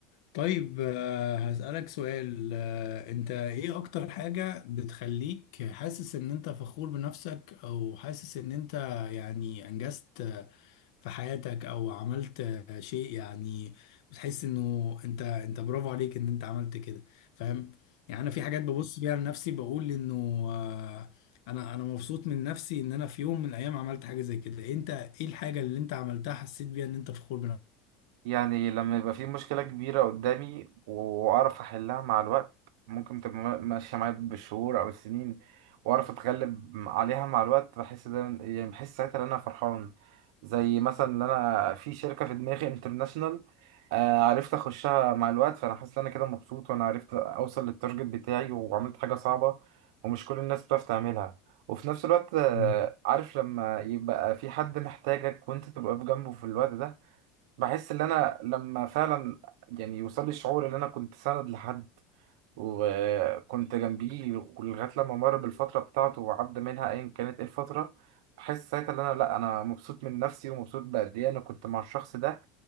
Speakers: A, on the left; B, on the right.
A: طيب آه، هسألك سؤال آه، انت ايه اكتر حاجة بتخليك حاسس ان انت فخور بنفسك او حاسس ان انت يعني انجزت آه، في حياتك او عملت آه، شيء يعني بتحس انه انت انت برافو عليك ان انت عملت كده فاهم يعني انا في حاجات ببص بيها لنفسي بقول انه آه، انا انا مبسوط من نفسي ان انا في يوم من الايام عملت حاجة زي كده انت ايه الحاجة اللي انت عملتها حسيت بيها ان انت فخور
B: يعني لما يبقى في مشكلة كبيرة قدامي وأعرف أحلها مع الوقت ممكن تبقى ما- ماشية معايا بالشهور أو السنين وأعرف أتغلب عليها مع الوقت بحس ده يعني بحس ساعتها إن أنا فرحان زي مثلا إن أنا في شركة في دماغي انترناشونال عرفت أخشها مع الوقت فأنا حاسس إن أنا كده مبسوط وأنا عرفت أوصل للتارجت بتاعي وعملت حاجة صعبة ومش كل الناس بتعرف تعملها وفي نفس الوقت آه،
A: بنفسك
B: عارف لما يبقى في حد محتاجك وأنت تبقى في جنبه في الوقت ده بحس ان انا لما فعلا يعني يوصل لي الشعور ان انا كنت سند لحد وكنت جنبيه لغايه لما مر بالفتره بتاعته وعدى منها ايا كانت ايه الفتره بحس ساعتها ان انا لا انا مبسوط من نفسي ومبسوط بقد ايه انا كنت مع الشخص ده